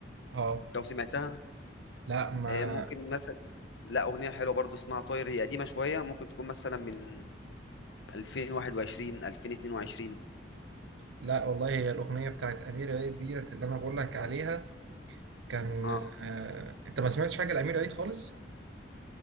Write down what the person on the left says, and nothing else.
لو سمعتها
آه، ممكن مثلا لا أغنية حلوة برضو اسمها طاير هي قديمة شوية ممكن تكون مثلا من 2021 2022
اه